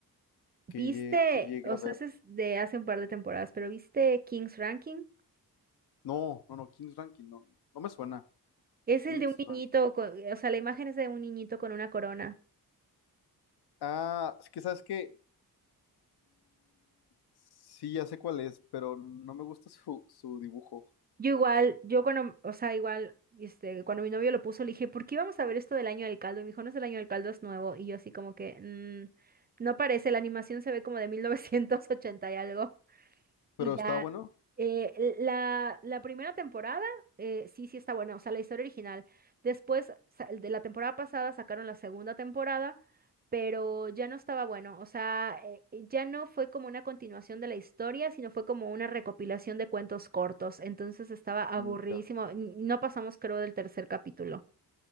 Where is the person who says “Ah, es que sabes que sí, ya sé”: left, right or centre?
Left